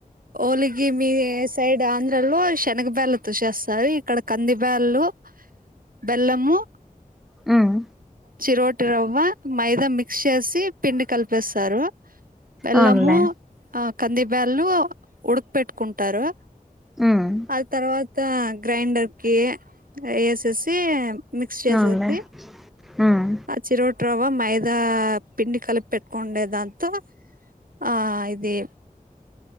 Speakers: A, on the right; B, in the centre.
A: ఓలీగ్ గివ్ మీ సైడ్ ఆంధ్రాలో శనగ బ్యాల్ తో చేసేస్తారు ఇక్కడ కందిబ్యాలు బెల్లము
B: మ్
A: చిరోటి రవ్వ మైదా మిక్స్ చేసి పిండి కలిపేస్తారు బెల్లము
B: అవునులే
A: ఆ కంది బ్యాలు ఉడుక పెెట్టుకుంటారు
B: మ్
A: అది తర్వాత గ్రైండర్ కి వేసేసి మిక్స్ చేసేసి
B: అవునులే మ్
A: ఆ చిరో చట్రవా మైదా పిండి కలిపి పెట్టుకుండేదంత ఆ ఇది